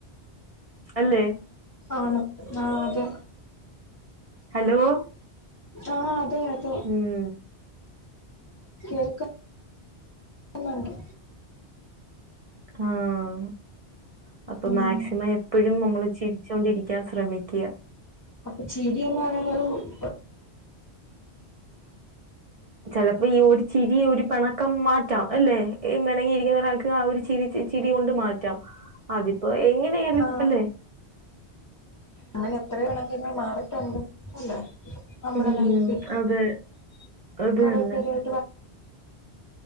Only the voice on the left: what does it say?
ആണ് ആഹ് അതെ
ആഹ് അതെ അതെ
കേൾക്കുന്നുണ്ട്
ഉം
അപ്പൊ ചിരി എന്ന് പറയുന്നത്
ആ അങ്ങനെ എത്രയോ പിണക്കങ്ങൾ മാറിട്ടുണ്ട് അല്ലേ നമ്മുടെ
ലൈഫിൽ
കൊറെ
പേര് <inaudible>